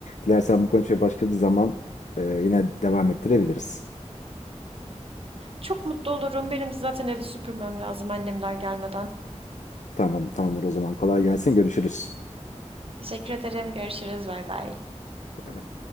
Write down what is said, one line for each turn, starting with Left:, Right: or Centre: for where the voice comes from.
Left: Dilersen bu konuşmaya başka bir zaman e, yine devam ettirebiliriz.
Right: Çok mutlu olurum. Benim de zaten evi süpürmem lazım annemler gelmeden.
Left: Tamam, tamamdır o zaman. Kolay gelsin. Görüşürüz.
Right: Teşekkür ederim. Görüşürüz. Bay bay.
Left: Bay bay.